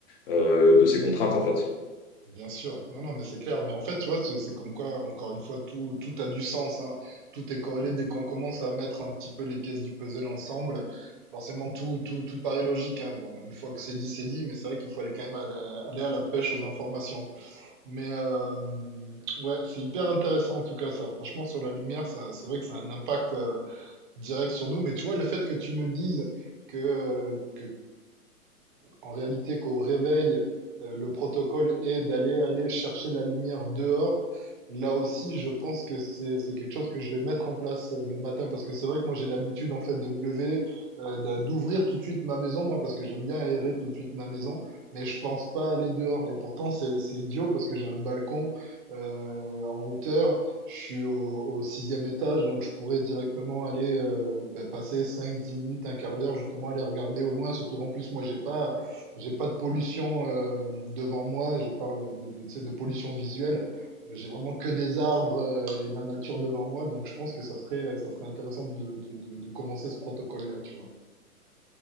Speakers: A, on the left (about 40°); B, on the right (about 35°).
A: euh, de ces contraintes en fait.
B: Bien sûr. Non, non, mais c'est clair. Mais en fait, tu vois, c'est c'est comme quoi, encore une fois, tout, tout a du sens, hein. Tout est corrélé dès qu'on commence à mettre un petit peu les pièces du puzzle ensemble. Forcément, tout, tout, tout paraît logique, hein. Bon, une fois que c'est dit, c'est dit, mais c'est vrai qu'il faut aller quand même à la- aller à la pêche aux informations. Mais euh, ouais, c'est hyper intéressant en tout cas ça. Franchement, sur la lumière, ça, c'est vrai que ça a un impact euh, direct sur nous. Mais tu vois, le fait que tu me dises que, que en réalité, qu'au réveil, euh, le protocole est d'aller aller chercher la lumière dehors. Là aussi, je pense que c'est c'est quelque chose que je vais mettre en place euh, le matin parce que c'est vrai que moi j'ai l'habitude en fait de me lever, euh, d'a- d'ouvrir tout de suite ma maison, moi parce que j'aime bien aérer tout de suite ma maison, mais je pense pas aller dehors. Et pourtant c'est c'est idiot parce que j'ai un balcon euh, en hauteur, je suis au, au sixième étage, donc je pourrais directement aller euh, ben, passer 5 10 minutes, un quart d'heure justement aller regarder au loin. Surtout en plus moi j'ai pas j'ai pas de pollution euh, devant moi, je parle de, de, tu sais, de pollution visuelle. Euh, J'ai vraiment que des arbres euh, et de la nature devant moi, donc je pense que ça serait, euh, ça serait intéressant de, de, de, de commencer ce protocole-là, tu vois.